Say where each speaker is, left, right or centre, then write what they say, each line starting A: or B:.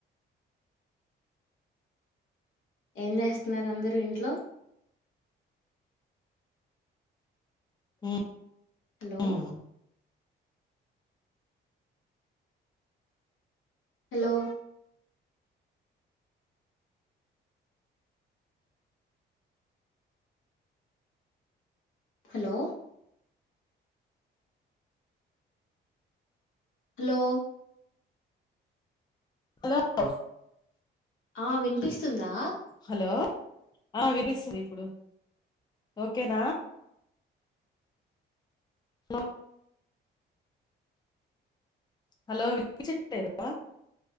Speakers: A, on the left; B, on the left.
A: ఏం జేస్తున్నారు అందరు ఇంట్లొ
B: ఉమ్.
A: హలొ.
B: ఉమ్
A: హలో. హలో. హలో.
B: లో.
A: ఆ విన్పిస్తుందా.
B: హలో ఆ వినిసుందిప్పుడు. ఓకేన హలొ. హలో విన్ చిట్ లేద